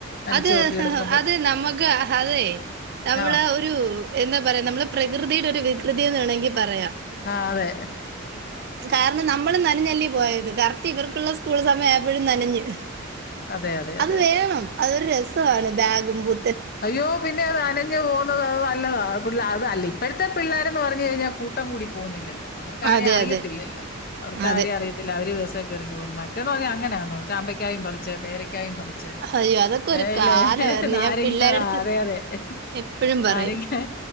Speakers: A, on the left; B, on the right.
A: നനച്ചുമൊക്കെ
B: അത്
A: എടുക്കുമ്പോൾ
B: അത് നമുക്ക് അതെ നമ്മള്
A: ആ
B: ഒരു ഒരു എന്താ പറയാ നമ്മളെ പ്രകൃതിയുടെ ഒരു വികൃതി എന്ന് വേണമെങ്കിൽ പറയാം
A: ആഹ് അതെ
B: കാരണം നമ്മള് നനഞ്ഞല്ലേ പോയത് കറക്റ്റ് ഇവർക്കുള്ള സ്കൂൾ സമയം അയപ്പഴും നനഞ്ഞ്
A: അതെ അതെ അതെ
B: അത്
A: അതെ
B: വേണം അതൊരു രസമാണ് ബാഗും പു
A: അയ്യോ പിന്നെ അത് നനഞ് പോകുന്നത് അത് നല്ലതാ കൂട്അത അല്ല ഇപ്പോഴത്തെ പിള്ളേരന്ന് പറഞ് കഴിഞാൽ കൂട്ടം കൂടി പോകുന്നില്ലല്ലോ അവർക്ക്‌ ആരി
B: അതെ
A: അറിയത്തില്ലല്ലോ
B: അതെ
A: അവർക്ക്‌
B: അതെ
A: ആരി അറിയത്തി അവര് ബസ്സേ കയറി പോകുന്നു മറ്റേന്ന് പറഞ്ഞാ അങ്ങനൊന്നോ ചാമ്പക്കായും പറിച്ച് പേരക്കായും പറിച്ച്
B: അയ്യോ അതൊക്കെ
A: ച്ച്
B: ഒരു
A: ഏല്ലേ
B: കാലമായിരുന്നു
A: നാരങ്ങ
B: ഞാൻ പിള്ളേരടുത്ത്
A: ആഹ് അതെ അതെ ആഹ്
B: എപ്പഴും പറയും
A: നാരങ്ങ